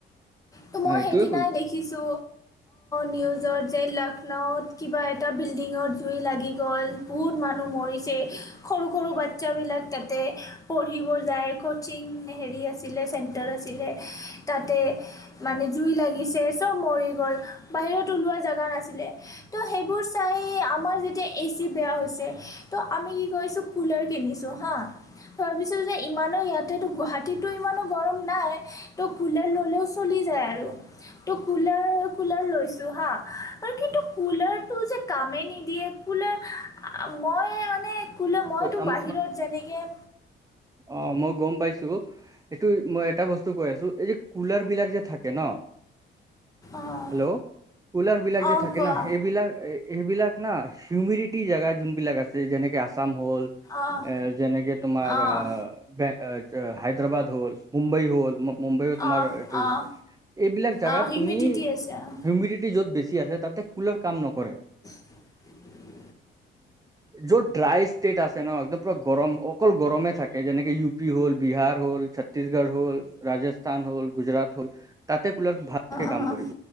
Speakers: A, on the left (about 15°); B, on the right (about 15°).
A: ত মই
B: এইটোৱে
A: সেইদিনাই
B: কৈ
A: দেখি কিছু নিউজৰ যে লক্ষ্ণৌত কিবা এটা বিল্ডিঙৰ জুই লাগি গ'ল। বহুত মানুহ মছে সৰু সৰু বাচ্ছাবিলাক তাতে পঢ়িব যায়। যি মানে হেৰি আছিলে চেন্টাৰ আছিলে, তাতে মানে জুই লাগিছে। চব মৰি গল, বাহিৰত ওলোৱা জেগা নাছিলে, ত সেইবোৰ চাই আমাৰ জেতিয়া বেছি বেয়া হৈছে তো আমি কি কৰিছোঁ কুলাৰ কিনিছোঁ হাঁ। ভাবিছো যে ইমানো ইয়াতেতো গুৱাহাটীতো ইমানো গৰম নাই ত' কুলাৰ ললেও চলি যায় আৰু। ত কুলাৰ কুলাৰ লৈছোঁ হাঁ আৰু কিন্তু কুলাৰটো যে কামেই নিদিয়ে। মই মানে কলে মইতো
B: আম
A: বাহিৰত যেনেকে
B: অ' মই গম পাইছো। এইটো মই এটা বস্তু কৈ আছো এই যে কুলাৰ বিলাক যে থাকে ন।
A: অঁ
B: হেল্ল', কুলাৰ বিলাক
A: অঁ
B: যে থাকে
A: কোৱা
B: ন এইেইবিলাক এইবিলাক না হিউমিডিটি জেগা যোনবিলাক আছে যেনেকে আ হল
A: অঁ
B: এ যেনেকে তোমাৰ
A: অঁ
B: ব হায়দৰাবাদ হ'ল, মুম্বাই হ'ল। মুম্বাইও তোমাৰ
A: অঁ
B: এইটো
A: অঁ
B: এইবিলাক জোগাত
A: অঁ হিউমিডিটি
B: তুমি
A: আছে অঁ
B: হিউমিডিটি য'ত বেছি আছে তাতে কুলাৰ কাম নকৰে।
A: <inaudible>
B: য ড্ৰাই ষ্টেট আছে ন একদম পুৰা গৰম অকল গৰমে থাকে যেনেকে ইউ পি হ'ল বিহাৰ হল ছত্তছগড় হল ৰাজস্থান হল গুজৰাাত হ'ল। তাতে কুলাৰ ভালকে
A: অঁ
B: কাম
A: অঁ
B: কৰিব,